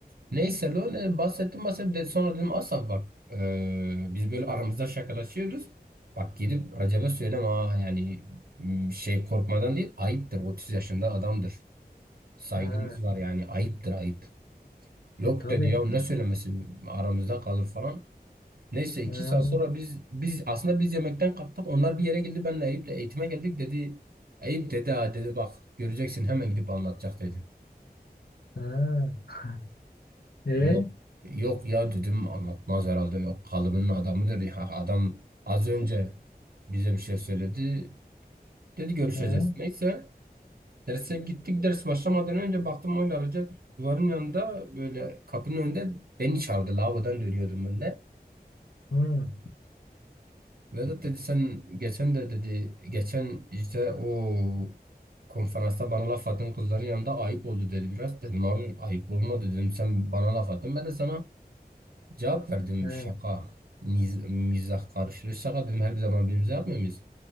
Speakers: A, on the right; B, on the left.
A: Neyse lo ne bahsettim bahsettim de sonra dedim Asaf bak eee, biz böyle aramızda şakalaşıyoruz. Bak gidip Recep'e söyleme ha yani m, şey korkmadan değil ayıptır 30 yaşında adamdır. Saygımız
B: Ha,
A: var yani ayıptır ayıp. Yok
B: e tabii.
A: dedi ya ne söylemesi aramızda kalır falan. Neyse iki
B: Ha,
A: saat sonra biz biz aslında biz yemekten kalktık onlar bir yere geldi benle Eyüp de eğitime geldik dedi. Eyüp dedi ha dedi bak göreceksin hemen gidip anlatacak dedi.
B: ha. <laughs> E,
A: Yok yok ya dedim anlatmaz herhalde yok kalıbının adamıdır ya adam az önce bize bir şey söyledi dedi görüşeceğiz
B: e,
A: neyse derse gittik ders başlamadan önce baktım oyla Recep duvarın yanında böyle kapının önünde beni çağırdı lavabodan dönüyordum ben de
B: hı,
A: Vedat dedi sen geçen de dedi geçen işte o konferansta bana laf attın kızların yanında ayıp oldu dedi biraz dedim abi ayıp olmadı dedim sen bana laf attın ben de sana Cevap verdim
B: e, hı,
A: şaka. Niz, mizah karışıyor. Şaka dedim her bir zaman birbirimize yapmıyor muyuz?